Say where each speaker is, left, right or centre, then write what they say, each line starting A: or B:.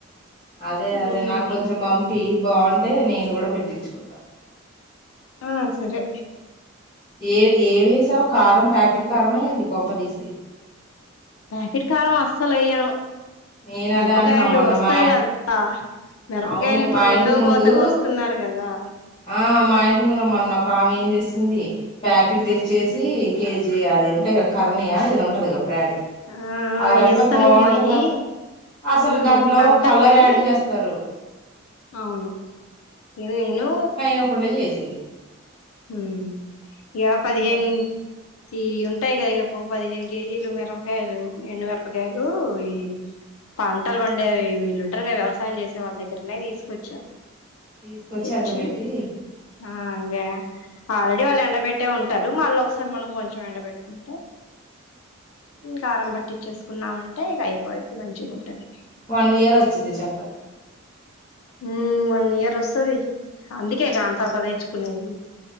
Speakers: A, on the left; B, on the left.
A: అదే
B: ఉమ్,
A: అదే నాకు కొంచెం పంపి బాగుంటే నేను గుడ పెట్టిచ్చుకుంట
B: ఆ సరే
A: ఏ ఏమేసావు కారం ప్యాకెట్ కారమా ఎంటి కొంప తీసి
B: ప్యాకిట్ కారం అస్సలు ఎయ్య
A: నేను
B: మిరపకాయలు
A: అదే అంటున్నా మొన్న
B: వస్తాయి
A: మా
B: కదా మిరపకాయలు
A: అవును
B: ఇప్పుడు
A: మా
B: రెండో
A: ఇంటి ముందు
B: కోత కోస్తున్నారు కదా
A: ఆ మా ఇంటి ముందు మొన్న ఒకామె ఏ చేసింది ప్యాకెట్ తెచ్చేసి కేజీ అది ఉంటాయి గ కర్ని ఇది ఉంటది బ్రాండ్
B: ఆ
A: అదంతా
B: అయ్యేస్సలు
A: బాగుంటది
B: అయి
A: అక్క అసలు
B: మ్మ్
A: దాంట్లో
B: అంటారు
A: కలర్
B: కాని
A: యాడ్ చేస్తారు
B: అవును నేను
A: నకుండా చేసింది
B: మ్మ్ ఇగ పదిహేన్
A: ఏం చెప్పను
B: ఈ ఉంటాయి కద ఇగ ఒక పదిహేను కేజీలు మిరపకాయలు ఎండు మిరపకాయలూ ఈ పంటలు పండేవి వీళ్ళుంటారు కదా వ్యవసాయం చేసే వాళ్ళ దగ్గరనే తీసుకొచ్చా
A: తీసుకొచ్చి
B: తెచ్చి
A: ఎండబెట్టి
B: ఆ ఇంగ ఆల్రెడీ వాళ్ళు ఎండబెట్టే ఉంటారు మళ్ళీ ఒకసారి మనం కొంచెం ఎండబెట్టుకుంటే కారం పట్టిచ్చేసుకున్నామంటే ఇక అయిపోద్ది మంచిగా ఉంటది
A: వన్ ఇయర్ వచ్చిది చక్కగా
B: హ్మ్ వన్ ఇయర్ వస్తది అందుకేగా అంత అంత తెచ్చుకునేది